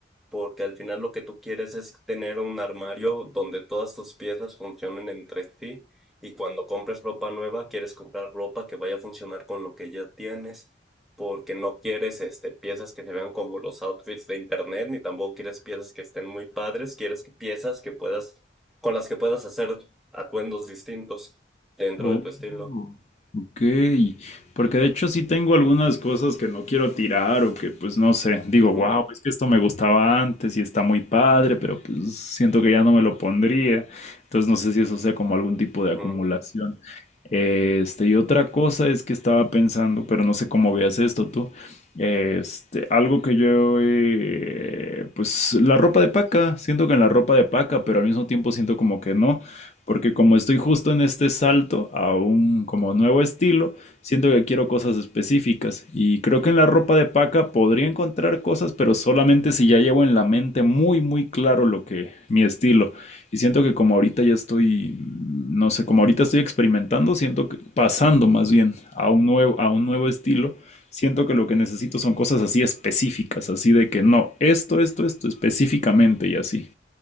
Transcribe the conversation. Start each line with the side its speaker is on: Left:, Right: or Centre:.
Centre: porque al final lo que tú quieres es tener un armario donde todas tus piezas funcionen entre sí y cuando compres ropa nueva quieres comprar ropa que vaya a funcionar con lo que ya tienes, porque no quieres este piezas que se vean como los outfits de internet ni tampoco quieres piezas que estén muy padres, quieres que- piezas que puedas con las que puedas hacer atuendos distintos dentro
Left: Oh,
Centre: de tu estilo.
Left: ok. Porque de hecho sí tengo algunas cosas que no quiero tirar o que pues no sé, digo,
Centre: Ujú,
Left: wow, es que esto me gustaba antes y está muy padre, pero pues siento que ya no me lo pondría. Entonces no sé si eso sea como algún tipo
Centre: ujú,
Left: de acumulación. Este, y otra cosa es que estaba pensando, pero no sé cómo veas esto tú. Este, algo que yo, eh, pues la ropa de paca, siento que en la ropa de paca, pero al mismo tiempo siento como que no porque como estoy justo en este salto a un como nuevo estilo, siento que quiero cosas específicas y creo que en la ropa de paca podría encontrar cosas, pero solamente si ya llevo en la mente muy muy claro lo que mi estilo y siento que como ahorita ya estoy no sé, como ahorita estoy experimentando, siento que pasando más bien a un nuevo a un nuevo estilo siento que lo que necesito son cosas así específicas, así de que no, esto, esto, esto específicamente y así.